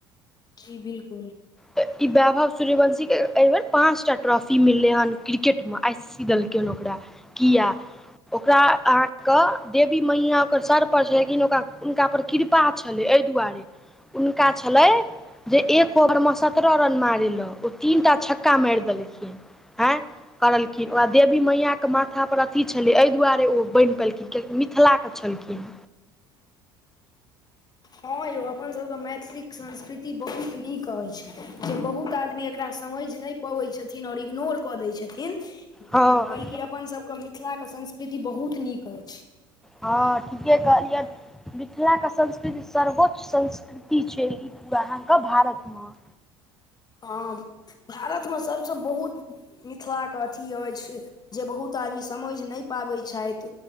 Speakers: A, on the left; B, in the centre.
A: जी बिल्कुल
B: तऽ ई वैभव सूर्यवंशी के एहि बेर पाँच टा ट्रॉफी मिललै हन क्रिकेट मे आइ सी की दलकै हन ओकड़ा कीये ओकरा अहाँके देवी मैया ओकर सर पर छै लेकिन ओ हुनका पर कृपा छलै एहि दुआरे हुनका छलै जे एक और मस सत्ररह रन मारै ल ओ तीन टा छक्का मारि देलखिन
A: <inaudible>
B: आँय करलखिन ओकरा देवी मैयाके माथापर अथी छलै एहि दुआरे ओ बनि पयेलखिन कियि मिथिलाके छलखिन
A: हँ यौ अपन सब के मैथिली संस्कृति बहुत नीक की कहै छै जे बहुत आदमी एकरा समझि नहि पबै छथिन आओर इग्नोर कऽ दै छथिन
B: हँ
A: बल्कि अपनसभके मिथिलाके संस्कृति बहुत नीक अछि
B: हँ ठीके कहलियै मिथिलाके संस्कृति सर्वोच्च संस्कृति छै ई पूरा अहाँके भारत मं
A: हँ भारतमे सबसँ बहुत मिथिलाके अथी अछि जे बहुत आदमी समइझ नय पाबै छ इथ